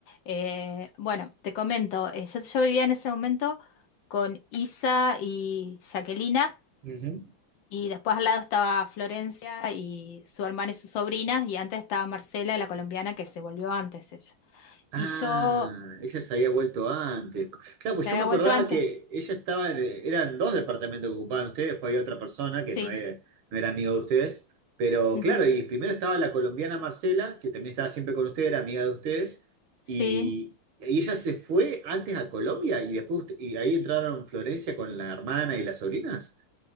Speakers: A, on the left; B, on the right.
A: Eh, bueno, te comento, eh, yo, yo vivía en ese momento con Isa y Jaquelina
B: ujú.
A: y después al lado estaba Florencia y su hermana y sus sobrinas y antes estaba Marcela, la colombiana que se volvió antes ella. Y
B: Ah,
A: yo
B: ella se había vuelto antes. Claro,
A: se
B: pues yo
A: había
B: me acordaba
A: vuelto antes,
B: que ella estaba, en- eran dos departamentos que ocupaban ustedes, después había otra persona que
A: sí.
B: no era, no era amigo de ustedes. Pero
A: Ujú.
B: claro, y primero estaba la colombiana Marcela, que también estaba siempre con ustedes, era amiga de ustedes,
A: Sí,
B: y, y ella se fue antes a Colombia y después usted- y ahí entraron Florencia con la hermana y las sobrinas.